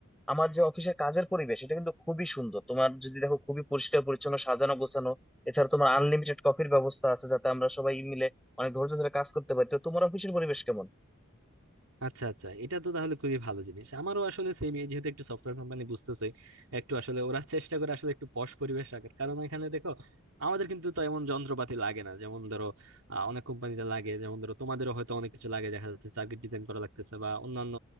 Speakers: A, in the centre; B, on the right.
A: আমার যে অফিসের কাজের পরিবেশ এটা কিন্তু খুবই সুন্দর তোমার যদি দেখো খুবই পরিষ্কার পরিচ্ছন্ন সাজানো গোছানো এছাড়া তোমার আনলিমিটেড কফির ব্যবস্থা আছে যাতে আমরা সবাই মিলে অনেক ধৈর্য ধরে কাজ করতে পারি তো তোমার অফিসের পরিবেশ কেমন
B: আচ্ছা আচ্ছা এটা তো তাহলে খুবই ভালো জিনিস আমারও আসলে সেম যেহেতু একটু সফটওয়্যার কোম্পানি বুঝতেছই একটু আসলে ওরা চেষ্টা করে আসলে একটু পশ পরিবেশ রাখার কারণ এখানে দেখো আমাদের কিন্তু তো এমন যন্ত্রপাতি লাগে না যেমন ধরো আহ, অনেক কোম্পানিতে লাগে যেমন ধরো তোমাদেরও হয়তো অনেক কিছু লাগে দেখা যাচ্ছে সার্কিট ডিজাইন করা লাগতেছে বা অন্যান্য